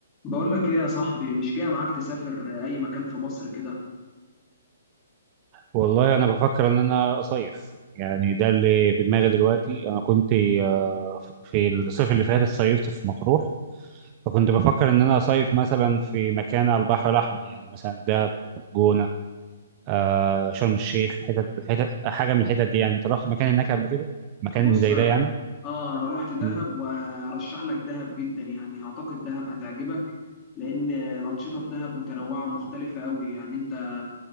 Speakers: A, on the left (about 15°); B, on the right (about 20°).
A: بقول لك ايه يا صاحبي مش جاي معاك تسافر اي مكان في مصر كده
B: والله انا بفكر ان انا اصيف يعني ده اللي في دماغي دلوقتي انا كنت آه، في الصيف اللي فات صيفت في مطروح فكنت بفكر ان انا اصيف مثلا في مكان على البحر الاحمر يعني مثلا دهب جونه آه، شرم الشيخ حتت حتت حاجه من الحتت دي يعني انت رحت مكان هناك قبل كده مكان
A: بص
B: زي ده يعني
A: اه انا رحت دهب
B: مم.
A: وارشح لك دهب جدا يعني اعتقد دهب هتعجبك لان الانشطه في دهب متنوعه ومختلفه قوي يعني آه،